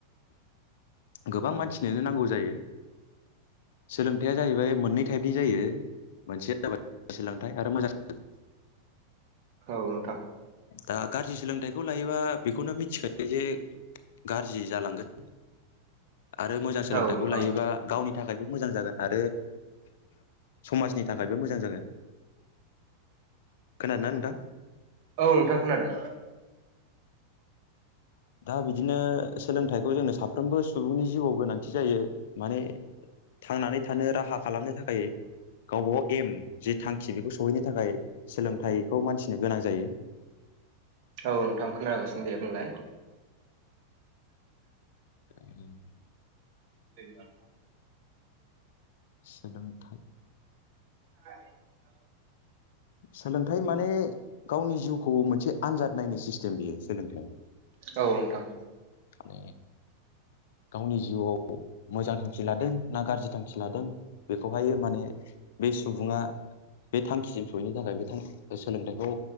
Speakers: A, on the left (about 55°); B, on the right (about 45°).
A: गोबां मानसिनो नांगौ जायो सोलोंथाइया जाहैबाय मोननै टाइपनि जायो मोनसेया जाबाय सोलोंथाइ आरो मोजां सों
B: औ नोंथां
A: दा गाज्रि सोलोंथाइखौ लायोबा बेखौनो मिथिगोन। बे जे गाज्रि जालांगोन। आरो मोजां सोलोंथाइखौ
B: औ नोंथां
A: लायोबा गावनि थाखायबो मोजां जागोन आरो समाजनि थाखायबो मोजां जागोन खोनादों नोंथां
B: औ नोंथां खोनादों
A: दा बिदिनो सोलोंथाइखौ जोंनो साफ्रोमबो सुबुंनि जिउआव गोनांथि जायो माने थांनानै थानो राहा खालामनो थाखाय गावबागाव एम जि थांखि बेखौ सहैनो थाखाय सोलोंथाइखौ मानथिनो गोनां जायो
B: औ नोंथां खोनागासिनो दे बुंलाय
A: ए
B: बिया
A: सोलोंथाइ
B: <inaudible>
A: सोलोंथाइ माने गावनि जिउखौ मोनसे आनजाद नायनो सिस्टेम बियो सोलोंथायाइ
B: औ नोंथां
A: द गावनि जिउआव मोजां थांखि लादों ना गाज्रि थांखि लादों बेखौहाय माने बे सुबुङा बे थांखिसिम सहैनो थाखाय बे थां सोलोंथाइखौ